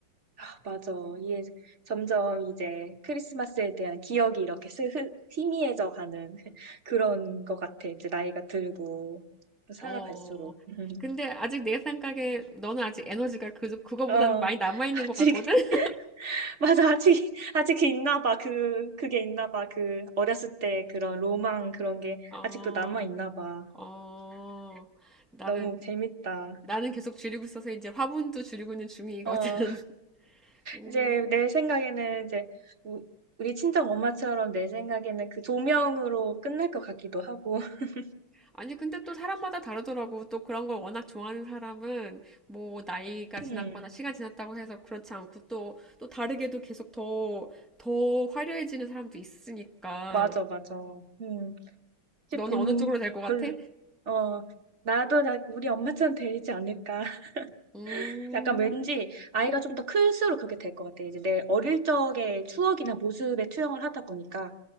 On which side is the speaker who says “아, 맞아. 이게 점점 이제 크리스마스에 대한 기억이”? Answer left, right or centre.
Right